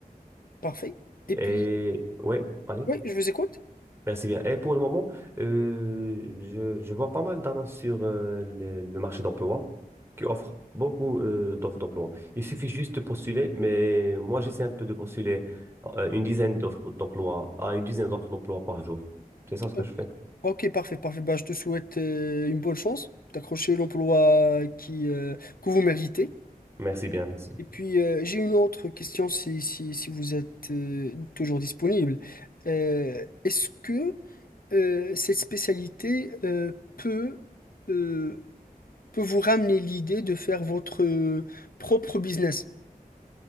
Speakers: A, on the left; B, on the right.
A: parfait. Et puis,
B: Et ouais, allez,
A: oui, je vous écoute.
B: merci bien. Et pour le moment, euh, je, je vois pas mal d'annonces sur euh, le, le marché d'emploi qui offre beaucoup euh, d'offres d'emploi. Il suffit juste de postuler, mais moi j'essaie un peu de postuler euh, une dizaine d'offres d'emploi à une dizaine d'offres d'emploi par jour. C'est ça ce
A: Ok.
B: que je fais.
A: Ok, parfait, parfait. Bah, je te souhaite euh, une bonne chance d'accrocher l'emploi qui, euh, que vous méritez.
B: Merci bien, merci.
A: Et puis, euh, j'ai une autre question si, si, si vous êtes euh, toujours disponible. Euh, est-ce que euh, cette spécialité euh, peut, euh, peut vous ramener l'idée de faire votre euh, propre business?